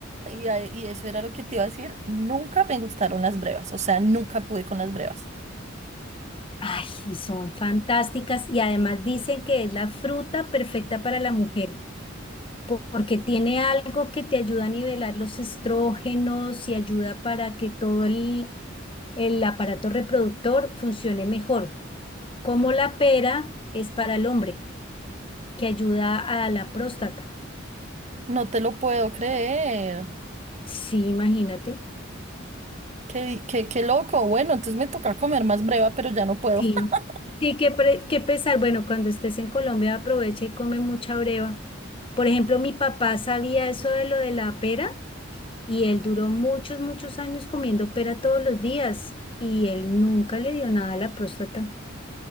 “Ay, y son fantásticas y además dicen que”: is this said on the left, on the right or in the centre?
Left